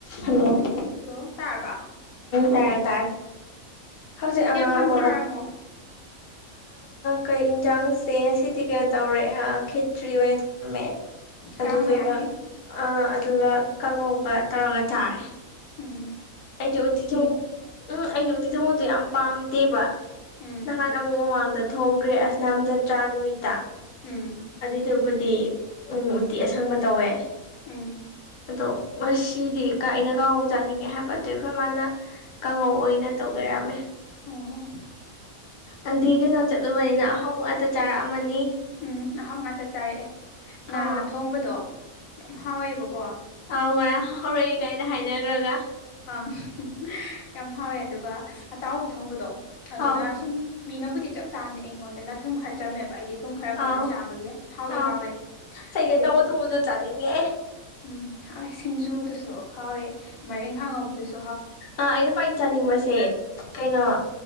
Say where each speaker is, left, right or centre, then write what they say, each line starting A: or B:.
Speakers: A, on the left; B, on the left.
A: ꯍꯜꯂꯣ
B: ꯑꯣꯂꯣ ꯇꯔꯕꯥ
A: ꯇꯔꯦ ꯇꯔ ꯍꯧꯖꯤꯛ ꯑꯉꯥꯡ
B: ꯆꯦ ꯌꯦꯟꯁꯥꯡ
A: ꯑꯃ
B: ꯆꯥꯔꯝꯃꯣ
A: ꯀꯩ ꯌꯦꯟꯖꯥꯡꯁꯦ ꯉꯁꯤꯗꯤ ꯀꯩꯅꯣ ꯇꯧꯔꯦ ꯈꯦꯇ꯭ꯔꯤ ꯑꯣꯏꯅ ꯊꯝꯃꯦ ꯑꯗꯨꯗꯨꯒ
B: ꯀꯥꯡ ꯃꯌꯥꯒꯤ
A: ꯑ ꯑꯗꯨꯒ ꯀꯥꯡꯉꯧꯒ ꯇꯧꯔꯒ ꯇꯥꯔꯦ
B: ꯎꯝ
A: ꯑꯩꯗꯤ ꯎꯇꯤ ꯊꯉ ꯎꯝ ꯑꯩꯗꯤ ꯎꯇꯤ ꯊꯧꯉꯣꯗꯣ ꯌꯥꯝ ꯄꯥꯝꯗꯦꯕ
B: ꯎꯝ
A: ꯅꯍꯥꯟ ꯑꯃꯨꯛ ꯃꯃꯥꯡꯗ ꯊꯣꯡꯈ꯭ꯔꯦ ꯑꯁꯅꯥꯝꯖꯠ ꯇꯔꯥ ꯅꯨꯃꯤꯠꯇ
B: ꯎꯝ
A: ꯑꯗꯨꯏꯗꯨꯕꯨꯗꯤ ꯎ ꯎꯇꯤ ꯑꯁꯪꯕ ꯇꯧꯋꯦ
B: ꯎꯝ
A: ꯑꯗꯣ ꯉꯗꯤ ꯑꯩꯅ ꯀ ꯆꯥꯅꯤꯡꯉꯦ ꯍꯥꯏꯕ ꯑꯗꯨ ꯑꯩꯈꯣꯏ ꯃꯥꯅ ꯀꯥꯡꯉꯧ ꯑꯣꯏꯅ ꯇꯧ ꯂꯩꯔꯝꯃꯦ
B: ꯑꯣ
A: ꯑꯗꯤ ꯀꯩꯅꯣ ꯆꯠꯂꯨꯕꯅꯤꯅ ꯑꯍꯥꯎꯕ ꯉꯥꯛꯇ ꯆꯥꯔꯛꯑꯃꯅꯤ
B: ꯎꯝ ꯑꯍꯥꯎ ꯉꯥꯛꯇ ꯆꯥꯔꯛꯑꯦ ꯉꯥ
A: ꯑꯥ
B: ꯊꯣꯡꯕꯗꯣ ꯌꯥꯝ ꯍꯥꯎꯋꯦꯕꯀꯣ
A: ꯑ ꯉꯔꯥꯡ ꯍꯧꯔꯛꯏ ꯀꯥꯏꯅ ꯍꯥꯏꯅꯈ꯭ꯔꯒ
B: ꯑꯪ ꯌꯥꯝ ꯍꯥꯎꯋꯦ ꯑꯗꯨꯒ ꯑꯇꯥꯎꯕ ꯊꯣꯡꯕꯗꯣ ꯑꯗꯨꯅ
A: ꯑꯥꯎ
B: ꯁꯨꯝ ꯃꯤꯅꯕꯨꯗꯤ ꯆꯞ ꯆꯥꯝꯅꯦ ꯑꯩꯉꯣꯟꯗꯅ ꯊꯨꯝ ꯈꯔ ꯆꯝꯃꯦꯕ ꯑꯩꯗꯤ ꯊꯨꯝ ꯈꯔ ꯀꯟꯅ
A: ꯑꯥꯎ
B: ꯆꯥꯕꯒꯤ ꯍꯥꯎꯗꯤ
A: ꯑꯥꯎ
B: ꯍꯥꯎꯋꯦ
A: ꯆꯩꯒꯦ
B: ꯑꯗꯩ
A: ꯇꯧꯕ ꯊꯣꯡꯕꯗꯣ ꯆꯥꯅꯤꯡꯉꯦ
B: ꯎꯝ ꯍ ꯁꯤꯡꯖꯨꯗꯨꯁꯨ ꯐꯥꯎꯋꯦ ꯃꯔꯦꯡ ꯈꯥꯡꯉꯧꯕꯗꯨꯁꯨ
A: ꯑ ꯑꯩꯅ ꯈ꯭ꯋꯥꯏ ꯆꯥꯅꯤꯡꯕꯁꯦ ꯀꯩꯅꯣ
B: ꯎꯝ